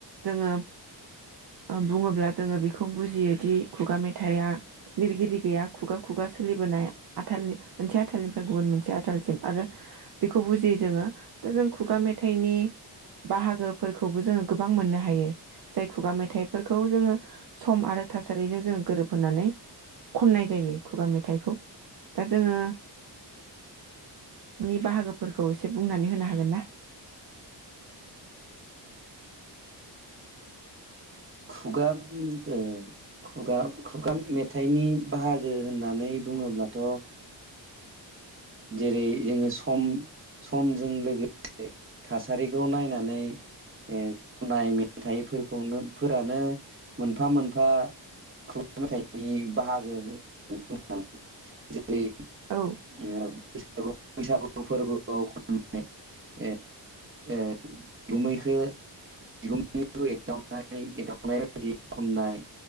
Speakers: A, on the right (about 60°); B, on the right (about 30°).
A: जोङो ओ बुङोब्ला जोङो बेखौ बुजियो दि खुगा मेथाइ आ लिरगिरि गैया खुगा खुगा सोलिबोनाय आथालनि मोनसे आथालनिफ्राय गुबुन मोनसे आथालसिम आरो बेखौ बुजियो जोङो दा जों खुगा मेथाइनि बाहागो फोरखौबो जोङो गोबां मोननो हायो जाय खुगा मेथाइ फोरखौ जोङो सम आरो थासारिजों जोङो गोरोब होनानै खननाय जायो खुगा मेथाइखौ दा जोङो नि बाहागो फोरखौ एसे बुंनानै होनो हागोन ना?
B: खुगा ओ खुगा खुगा मेथाइनि बाहागो होननानै बुङोब्लाथ' ओ जेरै जोङो सम समजों लोगो थासारिखौ नायनानै ओ खनाय मेथाइ फोरखौनो फोरानो मोनफा मोनफा खुगा मेथाइनि बाहागो <unintelligible> रै
A: औ
B: ओ बैसागु बैसागु। फोरबो आव खनाय ओ ओ बिगुमैखौ बिगुमैखौ एदावनाय एदावनाय बायदि खननाय